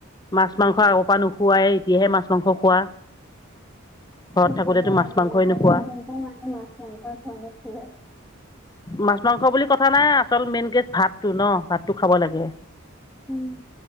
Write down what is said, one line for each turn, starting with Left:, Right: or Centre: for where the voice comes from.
Left: মাছ, মাংস আগৰ পৰাই নোখোৱাই এতিয়াহে মাছ, মাংস খোৱা। ঘৰত
Centre: কি
Left: থাকোঁতেতো
Centre: ক'বা
Left: মাছ
Centre: আৰু
Left: মাংসই নোখোৱা
Centre: মানে মাছ, মাংস খোৱা নাছিলো।
Left: মাছ মাংস বুলি কথা নাই আচল মেইন কে ভাতটো ন' ভাতটো খাব লাগে।
Centre: উম'।